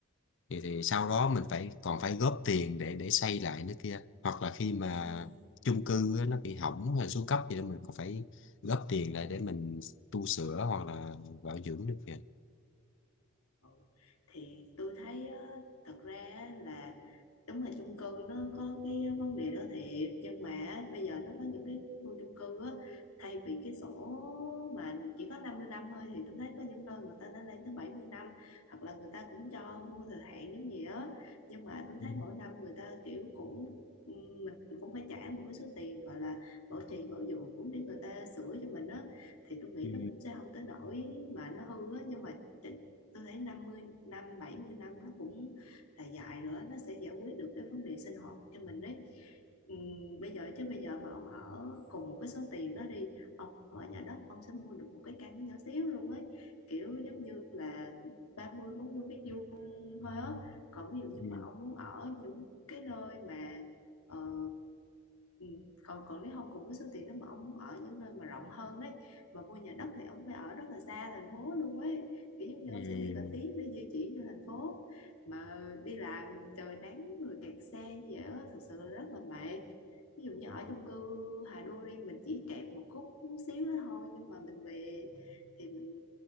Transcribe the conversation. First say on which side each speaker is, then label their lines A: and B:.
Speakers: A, on the left (about 55°); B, on the left (about 80°).
A: thì thì sau đó mình phải còn phải góp tiền để để xây lại nữa kia hoặc là khi mà
B: ừ
A: chung cư á, nó bị hỏng hay xuống cấp gì đó mình còn phải góp tiền lại để mình tu sửa hoặc là bảo dưỡng nữa kìa
B: Ừ. Thì tôi thấy á, thật ra á là đúng là chung cư nó có cái vấn đề đó thiệt nhưng mà á, bây giờ nó có những cái khu chung cư á thay vì cái sổ mà chỉ có 50 năm thôi thì tôi thấy có những nơi người ta đã lên tới bảy mươi năm hoặc là người ta cũng cho vô thời hạn giống gì á nhưng mà tôi
A: ừ.
B: thấy mỗi năm người ta kiểu cũng ừm, mình cũng phải trả một cái số tiền gọi là bảo trì bảo dưỡng để người ta sửa cho mình á thì tôi nghĩ
A: Ừ.
B: nó cũng sẽ không tới nỗi mà nó hư á nhưng mà tôi thấy 50 năm 70 năm nó cũng là dài nữa nó sẽ giải quyết được cái vấn đề sinh hoạt cho mình đấy Ừm, bây giờ chứ bây giờ mà ông ở cùng một cái số tiền đó đi ông ở nhà đất ông sẽ mua được một cái căn nhỏ xíu luôn ấy kiểu giống như là ba mươi bốn mươi mét vuông thôi á còn ví dụ như
A: Ừ.
B: mà ông muốn ở những cái nơi mà ờ, Ừ. Còn còn nếu không cùng cái số tiền đó mà ông muốn ở những nơi mà rộng hơn ấy mà mua nhà đất thì ông phải ở rất là xa thành phố luôn ấy kiểu giống như
A: Ừ.
B: ông sẽ đi cả tiếng để di chuyển như thành phố mà đi làm trời nắng rồi kẹt xe như vậy đó, thật sự là rất là mệt ví dụ như ở chung cư Hà Đô đi mình chỉ kẹt một khúc chút xíu đó thôi nhưng mà mình về thì mình